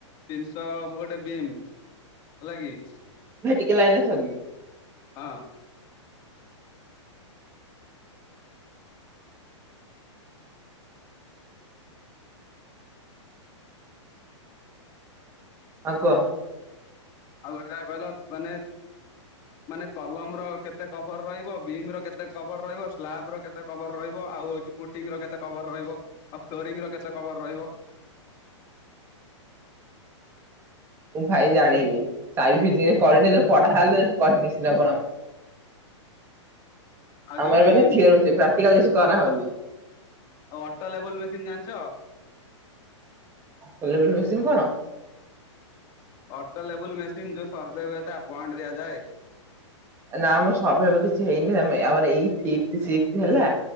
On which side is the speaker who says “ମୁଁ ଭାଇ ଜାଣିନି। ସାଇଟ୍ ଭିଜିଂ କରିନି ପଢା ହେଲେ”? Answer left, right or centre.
Right